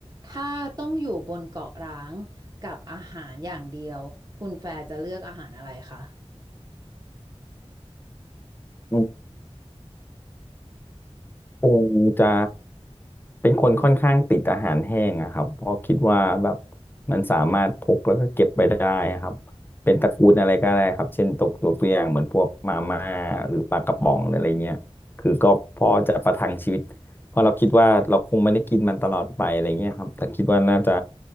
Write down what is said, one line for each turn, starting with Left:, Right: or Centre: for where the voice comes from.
Right: ถ้าต้องอยู่บนเกาะร้างกับอาหารอย่างเดียวคุณแฟร์จะเลือกอาหารอะไรคะ
Left: อืมคงจะเป็นคนค่อนข้างติดอาหารแห้งอะครับเพราะคิดว่าแบบมันสามารถพกแล้วก็เก็บไปได้ครับเป็นตระกูลอะไรก็ได้ครับเช่นตกตัวตัวอย่างเหมือนพวกมาม่าหรือปลากระป๋องหรืออะไรเงี้ยคือก็พอจะประทังชีวิตเพราะเราคิดว่าเราคงไม่ได้กินมันตลอดไปอะไรเงี้ยครับแต่คิดว่าน่าจะ